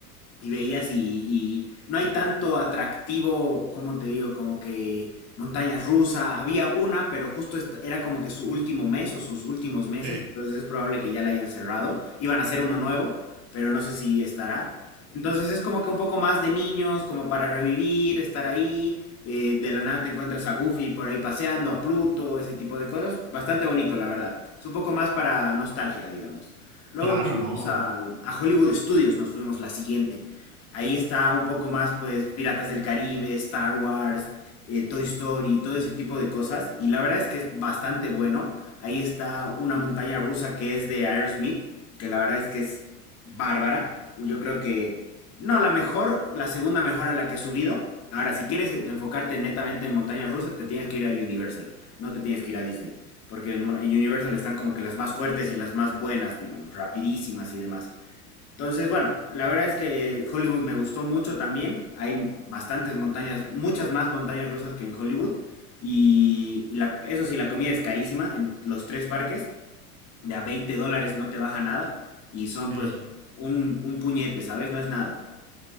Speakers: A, on the left; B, on the right.
A: y veías y, y no hay tanto atractivo, como te digo, como que montañas rusas, había una, pero justo est- era como que su último mes o sus últimos meses,
B: Sí,
A: entonces es probable que ya la hayan cerrado, iban a hacer uno nuevo, pero no sé si estará. Entonces es como que un poco más de niños, como para revivir, estar ahí, eh, de la nada te encuentras a Goofy por ahí paseando, a Pluto, ese tipo de cosas, bastante bonito, la verdad. Es un poco más para nostalgia, digamos. Luego
B: claro,
A: nos fuimos
B: no.
A: al-
B: Ok.
A: a Hollywood Studios, nos fuimos la siguiente. Ahí está un poco más, pues, Piratas del Caribe, Star Wars, eh, Toy Story, todo ese tipo de cosas. Y la verdad es que es bastante bueno. Ahí está una montaña rusa que es de Aerosmith, que la verdad es que es bárbara. Yo creo que, no, la mejor, la segunda mejor a la que he subido. Ahora, si quieres enfocarte netamente en montañas rusas, te tienes que ir a Universal, no te tienes que ir a Disney. Porque en, en Universal están como que las más fuertes y las más buenas, digamos, rapidísimas y demás. Entonces, bueno, la verdad es que Hollywood me gustó mucho también. Hay bastantes montañas, muchas más montañas rusas que en Hollywood. Y, y la- eso sí, la comida es carísima en los tres parques. De a 20 dólares no te baja nada. Y son
B: Sí,
A: pues un, un puñete, ¿sabes? No es nada.